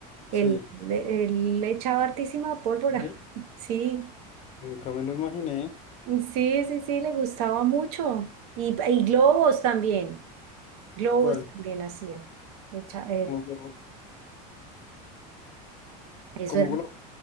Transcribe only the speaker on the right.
él, le- él le echaba hartísima pólvora.
<laughs> Sí,
sí, sí, sí, le gustaba mucho. Y, y globos también, globos
también hacían. Echa- eh,
eso
era.